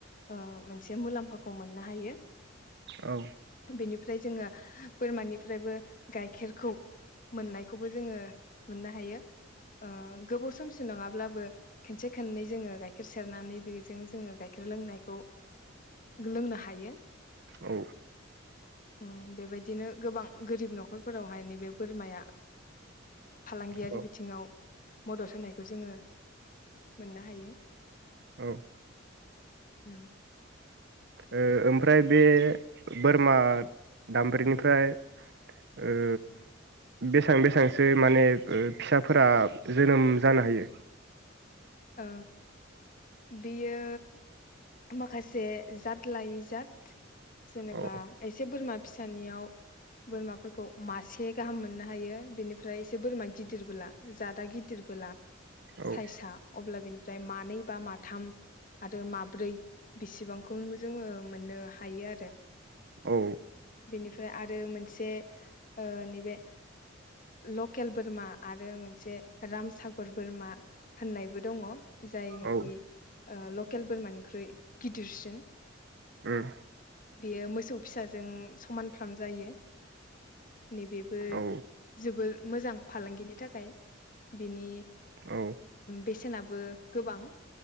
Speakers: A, on the left; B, on the right.
A: ओ मोनसे मुलाम्फाखौ मोननो हायो।
B: औ
A: बेनिफ्राय जोङो बोरमानिफ्रायबो गाइखेरखौ मोननायखौबो जोङो मोननो हायो ओ गोबाव समसिम नङाब्लाबो खनसे खननै जोङो गाइखेर सेरनानै बेजों जोङो गाइखेर लोंनायखौ लोंनो हायो ।
B: औ
A: ओम बेबायदिनो गोबां गोरिब नखरफोरावहाय नैबे बोरमाया फालांगियारि
B: औ
A: बिथिङाव मदद होनायखौ जोङो मोननो हायो।
B: औ
A: ओम
B: ओ ओमफ्राय बे बोरमा दामब्रिनिफ्राय ओ बेसां बेसांसो माने ओ फिसाफोरा जोनोम जानो हायो?
A: ओ बियो माखासे जाद लायै जाद जेनेबा
B: अ
A: एसे बोरमा फिसानियाव बोरमाफोरखौ मासे गाहाम मोननो हायो बेनिफ्राय एसे बोरमा गिदिरबोला जादा गिदिरबोला सायसा
B: औ
A: अब्ला बेनिफ्राय मानै बा माथाम आरो माब्रै बेसेबांखौ जोङो मोननो हायो आरो
B: औ
A: बेनिफ्राय आरो मोनसे नैबे लकेल बोरमा आरो मोनसे रामसागर बोरमा होननायबो दङ जाय नाखि
B: औ
A: ओ लकेल बमानिख्रुइ गिदिरसिन
B: उम
A: बेयो मोसौ फिसाजों समानफ्राम जायो नैबेबो
B: औ
A: जबोर मोजां फालांगिनि थाखाय बिनि
B: औ
A: बेसेनाबो गोबां